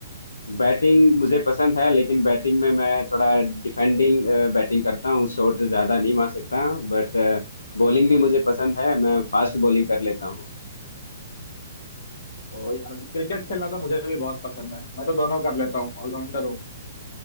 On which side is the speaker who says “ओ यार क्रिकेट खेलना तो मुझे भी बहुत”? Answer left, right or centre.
Left